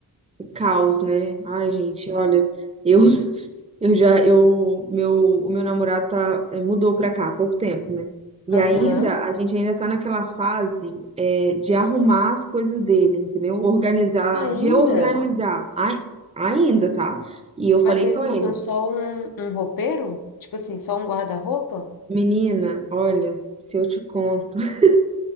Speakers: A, on the right; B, on the left.
A: que caos, né? Ai, gente, olha, eu
B: É.
A: <laughs> eu já eu meu o meu namorado tá eh, mudou pra cá há pouco tempo, né? E
B: Aham.
A: ainda a gente ainda tá naquela fase eh, de arrumar as coisas dele, entendeu? Organizar,
B: Ainda.
A: reorganizar. Ai, ainda, tá? E eu falei
B: Mas vocês
A: com ele,
B: usam só um, um roupeiro? Tipo assim, só um guarda-roupa?
A: Menina, olha, se eu te conto. <laughs>